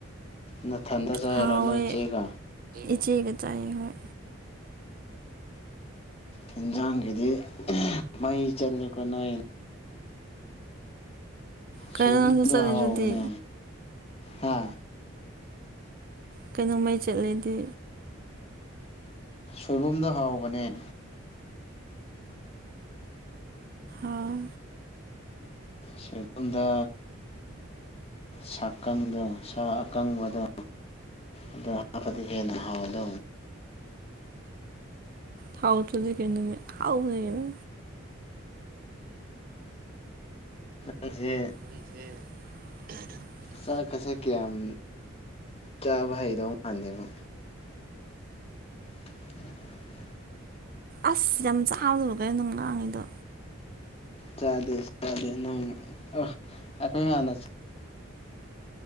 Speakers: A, on the left; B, on the right.
A: ꯅꯊꯟꯗ ꯆꯥꯏꯔꯣ
B: ꯍꯥꯎꯋꯦ
A: ꯅꯣꯏ ꯆꯦꯒ
B: ꯏꯆꯦꯒ ꯆꯥꯏ ꯍꯣꯏ
A: ꯍꯦꯟꯖꯥꯡꯒꯤꯗꯤ ꯃꯩ ꯆꯠꯂꯦꯀꯣ ꯅꯣꯏ
B: ꯀꯩꯅꯣ
A: ꯁꯣꯏꯕꯨꯝꯗꯣ
B: ꯅꯪꯁꯨ ꯆꯠꯂꯤꯗꯨꯗꯤ
A: ꯍꯥꯎꯕꯅꯦ ꯍꯥ
B: ꯀꯩꯅꯣ ꯃꯩ ꯆꯠꯂꯦꯗꯤ
A: ꯁꯣꯏꯕꯨꯝꯗꯣ ꯍꯥꯎꯕꯅꯦ
B: ꯑꯥꯎ
A: ꯁꯦꯒꯝꯗ ꯁꯥꯀꯪꯗꯣ ꯁꯥ ꯑꯀꯪꯕꯗꯣ ꯑꯗꯨ ꯍꯥꯞꯄꯗꯤ ꯍꯦꯟꯅ ꯍꯥꯎꯗ
B: ꯍ ꯍꯥꯎꯇ꯭ꯔꯗꯤ ꯀꯩꯅꯣꯅꯦ ꯑꯍꯥꯎꯕꯅꯦ
A: ꯅꯪꯁꯦ
B: <inaudible>
A: ꯆꯥꯛꯀꯁꯦ ꯀꯌꯥꯝ ꯆꯥꯕ ꯍꯩꯗꯧ ꯃꯥꯟꯗꯦꯕꯣ ꯎꯝ
B: ꯑꯁ ꯌꯥꯝ ꯆꯥꯕ <unintelligible> ꯅꯪ ꯉꯥꯡꯉꯤꯗꯣ
A: ꯆꯥꯗꯦ ꯆꯥꯗꯦ ꯅꯪ ꯑꯣ ꯑꯩꯈꯣꯏ ꯍꯥꯟꯅ